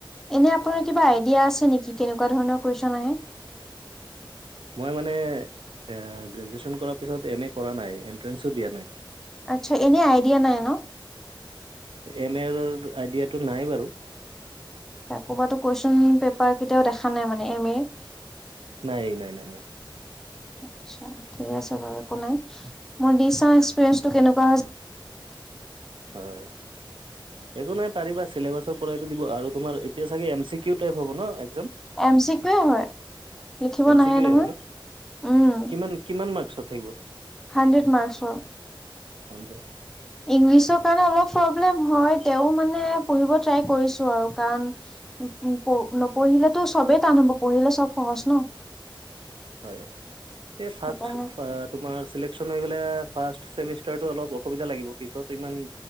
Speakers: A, in the centre; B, on the right (about 75°).
A: এনে আপোনাৰ কিবা আইডিয়া আছে নেকি কেনেকুৱা ধৰণৰ কুৱেশ্যন আহে?
B: মই মানে, এ গ্ৰেজুৱেশ্যন কৰাৰ পিছত এম এ কৰা নাই, এণ্ট্ৰেঞ্চো দিয়া নাই।
A: আচ্ছা, এনেই আইডিয়া নাই ন?
B: এম এৰ আইডিয়াটো নাই বাৰু।
A: কৰ'বাতো কুৱেশ্যন পেপাৰ কেতিয়াও দেখা নাই মানে এম এৰ।
B: নাই, নাই নাই নাই।
A: আচ্ছা, ঠিক আছে বাৰু একো নাই, মই দি চাওঁ এক্সপিৰিয়েঞ্চটো কেনেকুৱা হয় চ
B: হয়। একো নাই পাৰিবা, চিলেবাছৰ পৰাইটো দিব আৰু তোমাৰ এতিয়া চাগে এম চি কিউ টাইপ হ'ব ন? এক্সাম
A: এম চি কিওৱে হয়, লিখিব
B: এম
A: নাহে
B: চি কিউৱে
A: নহয়,
B: হয় ন
A: উম।
B: কিমান কিমান মাৰ্কচত থাকিব?
A: হান্ড্ৰেড মাৰ্ক্সৰ।
B: হান্ড্ৰেড?
A: ইংলিছৰ কাৰণে অলপ প্ৰব্লেম হয়। তেওঁ মানে পঢ়িব ট্ৰাই কৰিছো আৰু কাৰণ উ-উম, প-নপঢ়িলেতো চবেই টান হ'ব, পঢ়িলে চব সহজ ন।
B: হয়, এই
A: সেইকাৰণে
B: <unintelligible> তোমাৰ চিলেকচন হৈ গ'লে ফাৰ্ষ্ট চেমিষ্টাৰটো অলপ অসুবিধা লাগিব, পিছত ইমান